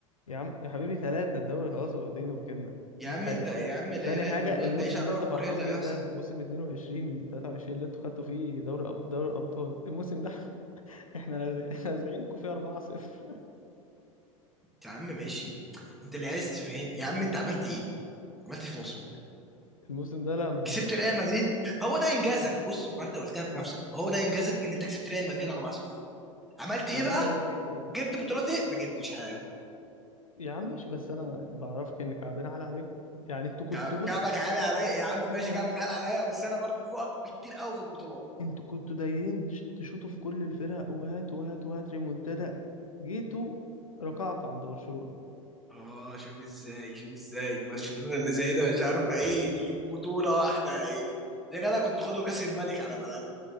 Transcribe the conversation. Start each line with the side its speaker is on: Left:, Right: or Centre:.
Left: يا عم يا حبيبي ثلاثة الدوري خلاص واخدينه في جبنا
Centre: يا
Left: دي
Centre: عم
Left: حاجة
Centre: انت يا عم لا
Left: تاني
Centre: اله
Left: حاجة
Centre: الا الله
Left: الموسم
Centre: انت ايش عرفك
Left: اللي انت فرحان
Centre: بكره ايه اللي هيحصل؟
Left: بيه ده موسم 22 23 اللي انتوا خدتوا فيه دوري أب... دوري الأبطال الموسم ده <laughs> احنا لاز- لاذعينكم فيه 4-0
Centre: يا عم ماشي انت اللي عايز تفهم يا عم انت عملت ايه؟ عملت ايه في موسمك؟
Left: <laughs> الموسم ده لا ما عملناش
Centre: كسبت ريال
Left: حاجة
Centre: مدريد هو ده انجازك بص وانت قلتها بنفسك هو ده انجازك ان انت كسبت ريال مدريد 4-0 عملت ايه
Left: هو
Centre: بقى
Left: ايه اللي هو ده انجاز
Centre: جبت بطولات ايه ما جبتش حاجه
Left: يا عم ماشي بس انا بعرفك ان كعبنا على عليكم يعني انتوا كنتوا
Centre: كع-
Left: بص
Centre: كعبك عالي عليا يا عم ماشي
Left: ثانية
Centre: كعبك
Left: بس
Centre: عالي عليا بس انا برضو فوقك بكتير قوي في البطولات
Left: انتوا كنتوا دايرين ش- تشوطوا في كل الفرق وهات وهات وهات ريمونتادا جيتوا ركعتوا عند برشلونة
Centre: اه شوف ازاي شوف ازاي برشلونه اللي زي ده مش عارفه ايه تجيب بطوله واحده يا عيني يا جدع كنت خدوا كاس الملك على الاقل